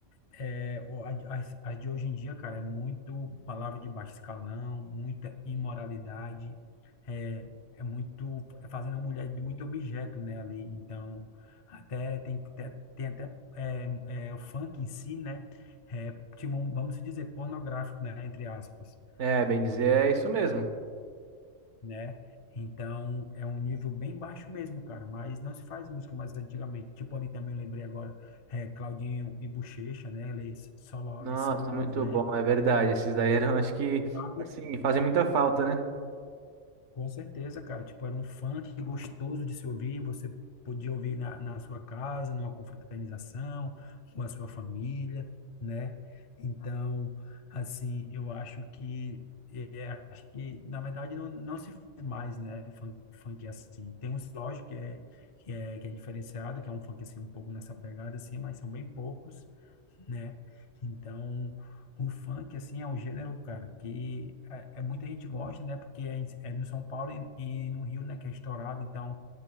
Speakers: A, on the left (about 45°); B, on the right (about 75°).
A: é, o- a- as, as de hoje em dia, cara, é muito palavra de baixo escalão, muita imoralidade, é, é muito, é fazendo a mulher de muito objeto, né, ali. Então, até tem, tem, tem até é, é, o funk em si, né? É, tipo, vamos dizer, pornográfico, né? Entre aspas.
B: É, bem
A: Porque
B: dizer, é isso mesmo.
A: né? Então, é um nível bem baixo mesmo, cara, mas não se faz música mais antigamente. Tipo, ali também eu lembrei agora, é, Claudinho e Buchecha, né? Eles, Só Love,
B: Nossa,
A: Só Love,
B: muito
A: né?
B: bom, é verdade. Esses daí <laughs> eram, acho que,
A: Sabe?
B: assim, fazem
A: É,
B: muita falta, né?
A: Com certeza, cara. Tipo, era um funk gostoso de se ouvir. Você podia ouvir na, na sua casa, numa confraternização, com a sua família, né? Então, assim, eu acho que. é, acho que, na verdade, não, não se faz mais, né? Funk, funk assim. Tem uns, lógico, que é, que é, que é diferenciado, que é um funk, assim, um pouco nessa pegada, assim, mas são bem poucos né? Então, o funk, assim, é um gênero, cara, que é, é muita gente gosta, né? Porque é, em- é no São Paulo e, e no Rio, né, que é estourado, então